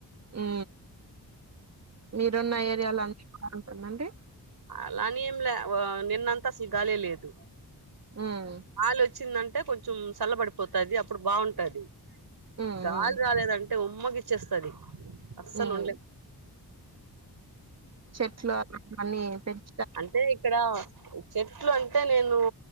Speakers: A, on the right (about 40°); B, on the right (about 65°).
A: ఉ మీరున్న ఏరియాలో అనీ కూడా ఉంటుందండి.
B: అలానే ఏం లే నిన్నంతా అసలు గాలే లేదు.
A: ఉమ్
B: గాలి వచ్చిందంటే కొంచెం సల్బడిపోతది అప్పు ప్పుడు బాగుంటది
A: ఉమ్
B: గాలి
A: ఉమ్
B: రాలేదంట్ టే ఉమ్మ గీచ్చేస్తుది అసలు
A: ఉమ్
B: ఉండలేం
A: చెట్లు అలాంటి అన్ని పెంచ
B: అంటే ఇక్కడ చెట్లు అంటే నేను